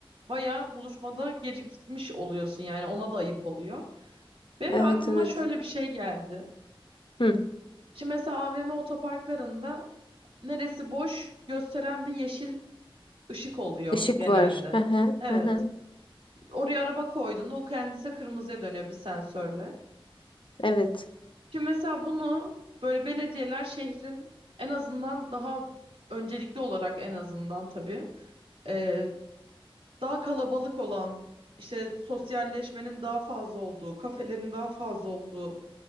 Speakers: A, on the right; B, on the left.
A: bayağı buluşmada gecikmiş oluyorsun yani ona da ayıp oluyor. Benim
B: Evet
A: de aklıma
B: evet.
A: şöyle bir şey geldi.
B: Hı,
A: Şimdi mesela AVM otoparklarında neresi boş gösteren bir yeşil ışık oluyor
B: ışık
A: genelde.
B: var. Hı hı,
A: Evet.
B: hı hı.
A: Oraya araba koyduğunda o kendisi kırmızıya dönüyor bir sensörle.
B: Evet.
A: Şimdi mesela bunu böyle belediyeler şehrin en azından daha öncelikli olarak en azından tabii e, daha kalabalık olan işte sosyalleşmenin daha fazla olduğu, kafelerin daha fazla olduğu